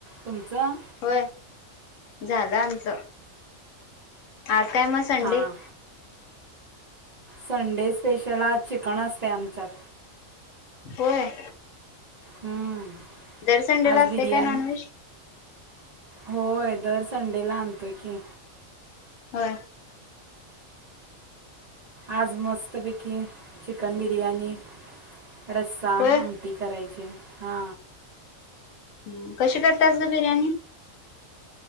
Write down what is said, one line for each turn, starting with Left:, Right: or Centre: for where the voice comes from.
Right: तुमचं
Left: होय झालं आमचं आज काय मग संडे
Right: हां संडे स्पेशल आज चिकन असते आमच्यात
Left: होय.
Right: हम्म
Left: दर संडेला
Right: आज
Left: असते
Right: बिरयाणी
Left: काय नॉनव्हेज
Right: होय. दर संडेला आणतोय की,
Left: होय.
Right: आज मस्तपैकी चिकन बिर्याणी. रस्सा
Left: होय
Right: आमटी करायची हा
Left: ह कशी करतेस गं बिर्याणी